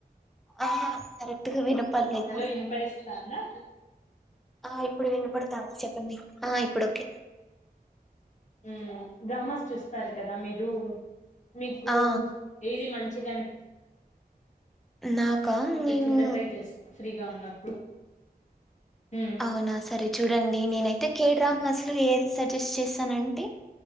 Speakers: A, in the centre; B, on the left (about 45°).
A: ఆహా కరెక్ట్ గా వినపడలేదు
B: హలో వినపడనిస్తుందా
A: ఆ ఇప్పుడు వినపడుతుంది చెప్పండి ఆ ఇప్పుడు కే
B: ఉమ్ డ్రామాస్ చూస్తారు కదా మీరు మీకు
A: ఆ
B: ఏది మంచి మచ్చిగాని
A: నాకా
B: అనిపించిందో
A: నేను
B: ట్రై చేస్తా ఫ్రీగా ఉన్నప్పుడు మ్మ్
A: అవునా సరే చూడండి నేనైతే కేడ్రామ్ హస్లు ఏది సజెస్ట్ చేసానంటే